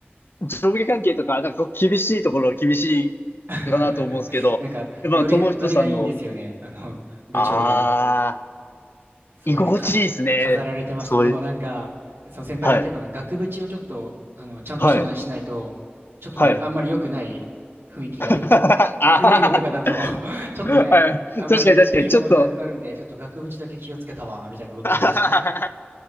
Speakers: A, on the left (about 65°); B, on the right (about 80°).
A: う、上下関係とか、なんかこう厳しいところは厳しいかなと思うんですけど、
B: <laughs> なんか、
A: やっぱ友人さんの、
B: ノリ、ノリがいいんですよね。あの、部長が。
A: あ
B: それでか、
A: ー、居心地いいですね。
B: 飾られてました。
A: そういう、
B: でもなんか、その先輩が言ってたのは、
A: はい、
B: 額縁をちょっと、あの、ちゃんとしたのにしないと、
A: はい、
B: ちょっとね、
A: はい。
B: あんまり良くない雰囲気になると。
A: <laughs> あ
B: 黒いのとかだと <laughs> ちょっとね、
A: ーはい。
B: あんまりいいものでなくなるんで、
A: 確かに確かに、ちょっと、
B: ちょっと額縁だけ気をつけたわ、みたいなこと言ってまし
A: <laughs>